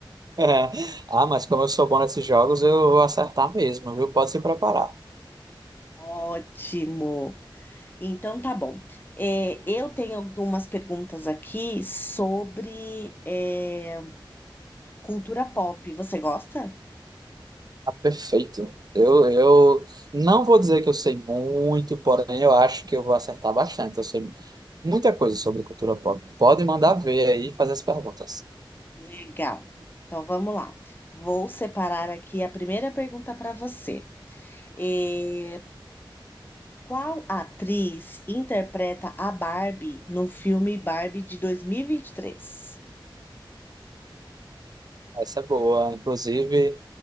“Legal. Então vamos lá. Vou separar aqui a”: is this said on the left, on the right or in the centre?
Left